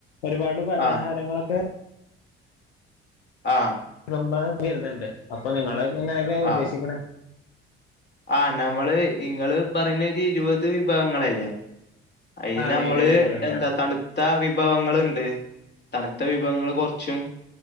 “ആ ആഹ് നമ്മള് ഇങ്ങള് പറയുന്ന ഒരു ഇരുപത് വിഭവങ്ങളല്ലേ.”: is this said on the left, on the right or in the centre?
Left